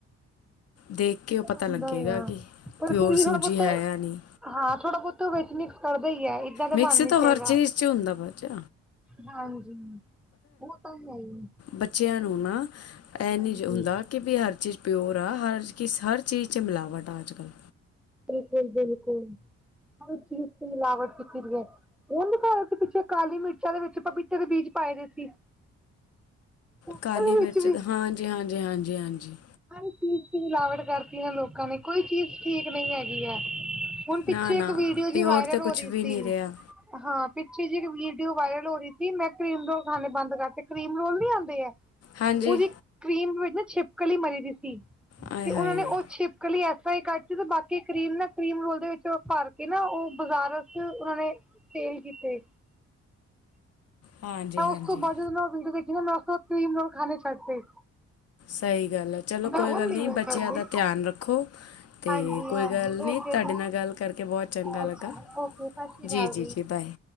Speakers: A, on the left; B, in the centre.
A: ਦੇਖ ਕੇ ਉਹ ਪਤਾ
B: ਆਉਂਦਾ
A: ਲੱਗੇਗਾ
B: ਹੀ ਆ
A: ਕਿ
B: ਪਰ
A: ਪਿਓਰ
B: ਫਿਰ ਵੀ
A: ਸੂਜੀ
B: ਸ ਪੁੱਤੇ
A: ਹੈ ਜਾਂ ਨਹੀਂ
B: ਹਾਂ ਥੋੜਾ ਬਹੁਤ ਵਿੱਚ ਮਿਕਸ ਕਰਦਾ ਹੀ ਹੈ ਏਦਾਂ ਤਾਂ
A: ਮਿਕਸੀ
B: ਬਣ ਨੀ
A: ਤੋਂ
B: ਸਕੇਗਾ
A: ਹਰ ਚੀਜ਼ ਚ ਹੁੰਦਾ ਵਚਾ
B: ਹਾਂਜੀ ਉਹ ਤਾਂ ਹੈ ਹੀ
A: ਬੱਚਿਆਂ ਨੂੰ ਨਾ ਇਹ
B: ਹਾਂਜੀ
A: ਨਹੀਂ ਹੁੰਦਾ ਕਿ ਵੀ ਹਰ ਚੀਜ਼ ਪਿਓਰ ਆ ਹਰ ਚ ਹਰ ਚੀਜ਼ 'ਚ ਮਿਲਾਵਟ ਆ ਅੱਜ ਕੱਲ੍ਹ
B: ਬਿਲਕੁਲ ਬਿਲਕੁਲ ਚੀਜ਼ ਤ ਲਵਤੀ ਕਿਟ ਉਹਨਾਂ ਸੀ ਪਿੱਛੇ ਕਾਲੀ ਮਿਰਚਾਂ ਦੇ ਵਿੱਚ ਪਪੀਤੇ ਦੇ ਬੀਜ ਪਾਏ ਵੀ ਸੀ। ਉਹਦੇ
A: ਕਾਲੀ ਮਿਰਚ
B: ਵਿੱਚ ਵੀ
A: ਹਾਂਜੀ ਹਾਂਜੀ ਹਾਂਜੀ ਹਾਂਜੀ।
B: ਹਰ ਇੱਕ ਚੀਜ਼ ਤੇ ਮਿਲਾਵਟ ਕਰਤੀ ਏ ਲੋਕਾਂ ਨੇ ਕੋਈ ਚੀਜ਼ ਠੀਕ ਨਹੀਂ ਹੈਗੀ ਏ। ਹੁਣ ਪਿੱਛੇ
A: ਨਾ ਨਾ
B: ਇੱਕ ਵੀਡੀਓ
A: ਪਿਓਰ
B: ਜੀ ਵਾਇਰਲ
A: ਤਾਂ ਕੁਛ
B: ਹੋ ਰਹੀ
A: ਵੀ
B: ਸੀ।
A: ਨਹੀਂ ਰਿਹਾ
B: ਹਾਂ ਪਿੱਛੇ ਜਿ ਇੱਕ ਵੀਡੀਓ ਵਾਇਰਲ ਹੋ ਰਹੀ ਸੀ ਮੈਂ ਕਰੀਮ ਰੋਲ ਖਾਣੇ ਬੰਦ ਕਰਤੇ ਕਰੀਮ ਰੋਲ ਨੀ ਆਉਂਦੇ।
A: ਹਾਂਜੀ
B: ਉਹਦੀ ਕਰੀਮ ਵਿੱਚ ਨਾ ਛਿਪਕਲੀ ਮਰੀ ਵੀ ਸੀ,
A: ਆਏ
B: ਤੇ ਉਹਨਾਂ
A: ਹਾਏ
B: ਨੇ ਉਹ ਛਿਪ ਚਿਪਕਲੀ ਇਸ ਤਰ੍ਹਾਂ ਹੀ ਕੱਟ ਦਿੱਤੀ ਜ ਬਾਕੀ ਕਰੀਮ ਨਾ ਕਰੀਮ ਰੋਲ ਦੇ ਵਿੱਚ ਭਰ ਕੇ ਨਾ ਉਹ ਬਾਜ਼ਾਰ ਚ ਉਹਨਾਂ ਨੇ ਸੇਲ ਕੀਤੇ।
A: ਹਾਂਜੀ
B: ਤਾਂ
A: ਹਾਂਜੀ
B: ਉਸ ਤੋਂ ਬਾਅਦ ਮੈਂ ਵੀਡੀਓ ਦੇਖ ਲੀ ਨਾ ਉਸ ਤੁ ਖਾ ਛਡਤੇ।
A: ਸਹੀ ਗੱਲ ਏ, ਚਲੋ ਕੋਈ
B: ਹੁਣ
A: ਗੱਲ
B: ਨੀ
A: ਨਹੀਂ
B: ਮੈਂ
A: ਬੱਚਿਆਂ
B: ਖਾਂਦੀ
A: ਦਾ ਧਿਆਨ ਰੱਖੋ। ਅਤੇ
B: ਹਾਂਜੀ-ਹਾਂਜੀ
A: ਕੋਈ ਗੱਲ ਨਹੀਂ
B: ਓਕੇ
A: ਤੁਹਾਡੇ
B: ਜੀ
A: ਨਾਲ ਗੱਲ ਕਰਕੇ ਬਹੁਤ ਚੰਗਾ ਲੱਗਾ
B: ਅੱਛਾ ਓਕੇ ਸਤਿ ਸ਼੍ਰੀ
A: ਜੀ
B: ਅਕਾਲ
A: ਜੀ ਜੀ ਬਾਏ